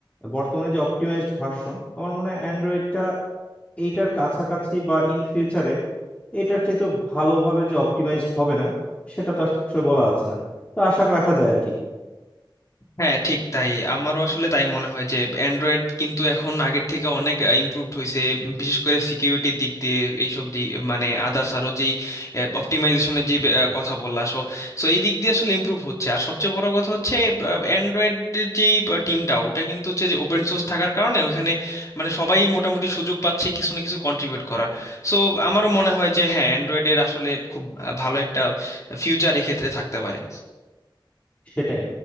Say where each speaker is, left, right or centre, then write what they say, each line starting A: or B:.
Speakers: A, on the left; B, on the left.
A: বর্তমানে যে অপটিমাইজড ভার্সন আমার মনে হয় অ্যান্ড্রয়েডটা এইটার কাছাকাছি বা ইন ফিউচারে এটার চাইতে ভালোভাবে যে অপটিমাইজড হবে না সেটা তো আসলে বলা যাচ্ছে না তো আশা রাখা যায় আর কি
B: হ্যাঁ ঠিক তাই আমারও আসলে তাই মনে হয় যে অ্যান্ড্রয়েড কিন্তু এখন আগের থেকে অনেক ইমপ্রুভড হয়েছে বিশেষ করে সিকিউরিটির দিক দিয়ে এইসব দিক মানে আদার্স আরও যেই অপটিমাইজেশনের যে কথা বললা সো সো এই দিক দিয়ে আসলে ইমপ্রুভ হচ্ছে আর সবচেয়ে বড় কথা হচ্ছে অ্যান্ড্রয়েডের যেই টিমটা ওটা কিন্তু হচ্ছে যে ওপেন সোর্স থাকার কারণে ওইখানে মানে সবাই মোটামুটি সুযোগ পাচ্ছে কিছু না কিছু কন্ট্রিবিউট করার সো আমারও মনে হয় যে হ্যাঁ অ্যান্ড্রয়েডের আসলে খুব আহ, ভালো একটা ফিউচার এক্ষেত্রে থাকতে পারে
A: সেটাই